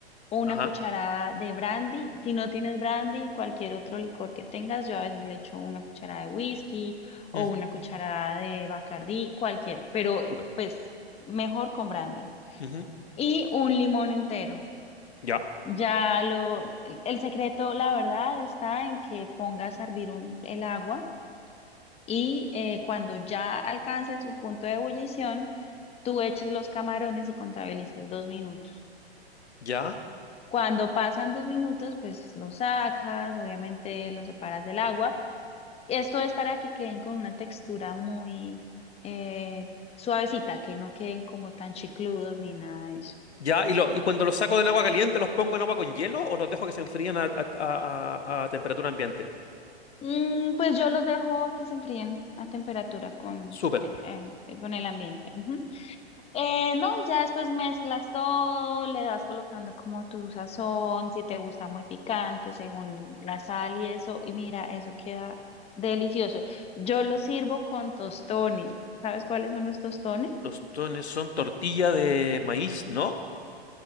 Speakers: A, on the left; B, on the left.
A: una
B: ajá.
A: cucharada de brandy. Si no tienes brandy, cualquier otro licor que tengas, yo a veces le echo una cucharada de whisky o
B: Ujú,
A: una cucharada de Bacardí, cualquiera, pero eh,
B: Súper.
A: pues mejor con brandy.
B: Ujú,
A: Y un limón entero.
B: Ya,
A: Ya lo, el el secreto, la verdad, está en que pongas a hervir un, el agua y eh, cuando ya alcance su punto de ebullición, tú eches los camarones y contabilices dos minutos.
B: ya,
A: Cuando pasan dos minutos, pues los sacas, obviamente los separas del agua. Esto es para que queden con una textura muy eh, suavecita, que no queden como tan chicludos ni nada de eso.
B: ya. ¿Y, lo, y cuando los saco del agua caliente, los pongo en agua con hielo o los dejo que se enfríen a, a- a- a- a temperatura ambiente?
A: Mm, pues yo los dejo que se enfríen a temperatura con,
B: Súper.
A: eh, eh, con el ambiente. Ujú. Eh, no, y ya después mezclas todo, le das colocando como tu sazón, si te gusta muy picante, según la sal y eso, y mira, eso queda delicioso. Yo lo sirvo con tostones. ¿Sabes cuáles son los tostones?
B: Tostones son tortilla de maíz, ¿no?